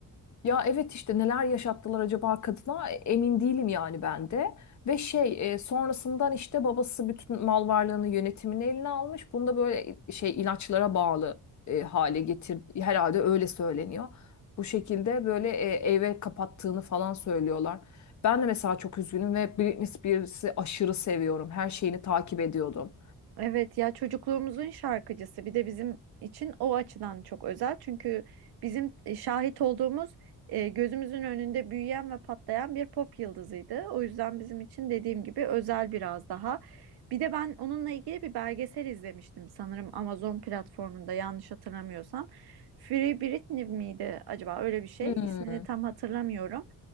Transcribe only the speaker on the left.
Ya evet işte neler yaşattılar acaba kadına E, emin değilim yani ben de. Ve şey e, sonrasından işte babası bütün mal varlığını yönetimini eline almış. Bunu da böyle e, şey ilaçlara bağlı e, hale getir herhalde öyle söyleniyor. Bu şekilde böyle e, eve kapattığını falan söylüyorlar. Ben de mesela çok üzgünüm ve Britney Spears'ı aşırı seviyorum. Her şeyini takip ediyordum.
Hmm.